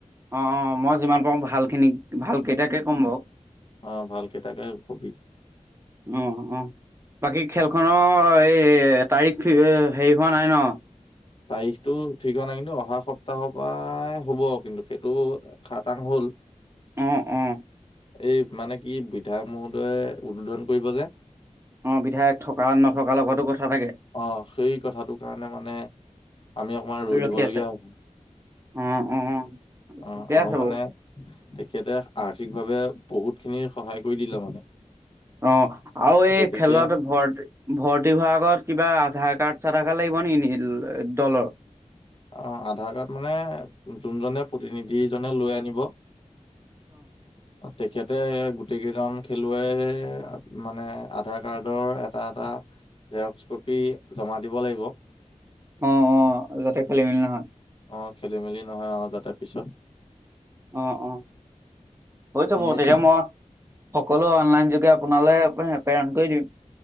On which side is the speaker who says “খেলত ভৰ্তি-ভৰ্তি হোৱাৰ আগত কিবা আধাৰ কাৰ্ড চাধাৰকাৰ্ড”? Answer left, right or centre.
Right